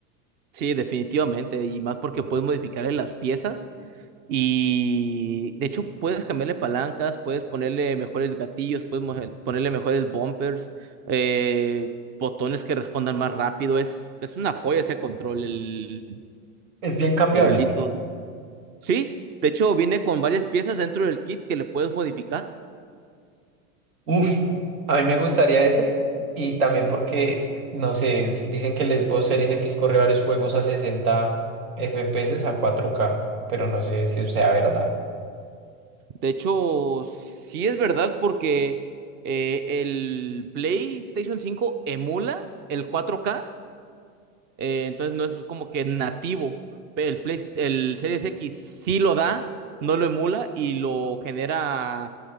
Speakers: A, on the right; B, on the right.
A: Sí, definitivamente, y más porque puedes modificarle las piezas y de hecho puedes cambiarle palancas, puedes ponerle mejores gatillos, puedes moje- ponerle mejores bumpers, eh, botones que respondan más rápido. Es, es una joya ese control, el,
B: Es bien cambiable.
A: el Elite Sí, de hecho viene con varias piezas dentro del kit que le puedes modificar.
B: Uf, a mí me gustaría ese y también porque, eh, no sé, si- dicen que el Xbox Series X corre varios juegos a 60 FPS a 4K, pero no sé si sea verdad.
A: De hecho, sí es verdad porque eh, el PlayStation 5 emula el cuatro k Eh, entonces no es como que nativo. Pero el Play- el Series X sí lo da, no lo emula y lo genera a